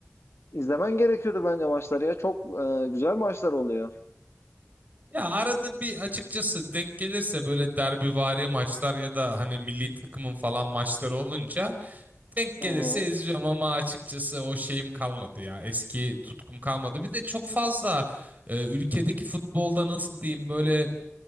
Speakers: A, on the left; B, on the right.
A: izlemen gerekiyordu bence maçları ya. Çok e, güzel maçlar oluyor.
B: Ya arada bir açıkçası denk gelirse böyle derbivari maçlar ya da hani milli takımın falan maçları olunca Denk
A: Hı
B: gelirse
A: hı.
B: izliyorum ama açıkçası o şeyim kalmadı ya. Eski tutkum kalmadı. Bir de çok fazla e, ülkedeki futbolda nasıl diyeyim böyle